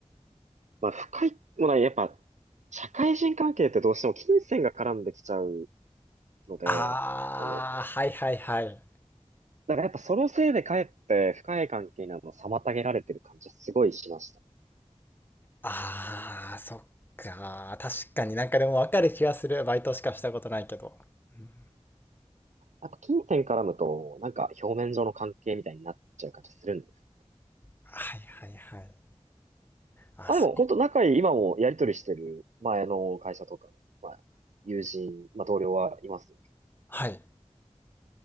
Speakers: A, on the right; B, on the left.
A: まあ深いもないやっぱ、社会人関係ってどうしても金銭が絡んできちゃうので、
B: あー、
A: あの、
B: はいはいはい。
A: だからやっぱそのせいでかえって深い関係にあのを妨げられてる感じはすごいしました。
B: あー、そっか。確かになんかでもわかる気がする。バイトしかしたことないけど。うん
A: やっぱ金銭絡むと、なんか表面上の関係みたいになっちゃう感じがするんです。
B: はいはいはい。あそこ。
A: あ、でも本当仲いい、今もやりとりしてる前の会社とかの、まあ、友人、まあ同僚はいますね。
B: はい。